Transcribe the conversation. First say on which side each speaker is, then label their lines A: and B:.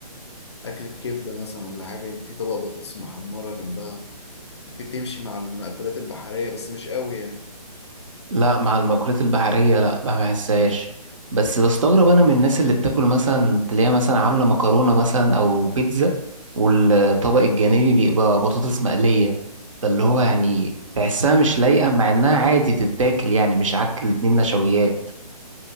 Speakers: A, on the left; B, on the right.
A: أكلة كبدة مثلا ولا حاجة يبقى في طبق بطاطس محمرة جنبها ممكن تمشي مع المأكولات البحرية بس مش قوي يعني
B: لا مع المأكولات البحرية لا ما بحسهاش بس بستغرب أنا من الناس اللي بتاكل مثلا تلاقيها مثلا عاملة مكرونة مثلا أو بيتزا والطبق الجانبي بيبقى بطاطس مقلية فاللي هو يعني تحسها مش لايقة مع إنها عادي تتاكل يعني مش عك الاتنين نشويات